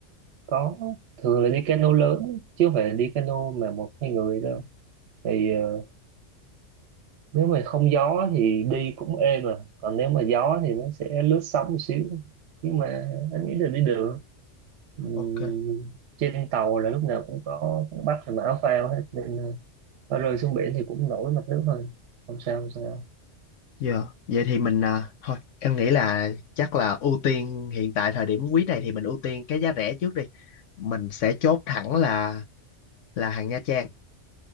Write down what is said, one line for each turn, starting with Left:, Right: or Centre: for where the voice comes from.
Right: có thường là đi cano lớn chứ không phải là đi cano mà một hai người đâu thì ờ, nếu mà không gió thì đi cũng êm mà, còn nếu mà gió thì nó sẽ lướt sóng một xíu nhưng mà anh nghĩ là đi được Ừm,
Left: ok
Right: trên tàu là lúc nào cũng có bách và mã phao hết nên ờ, có rơi xuống biển thì cũng nổi mặt nước thôi không sao không sao
Left: giờ vậy thì mình à, thôi em nghĩ là chắc là ưu tiên hiện tại thời điểm quý này thì mình ưu tiên cái giá rẻ trước đi mình sẽ chốt thẳng là là hàng Nha Trang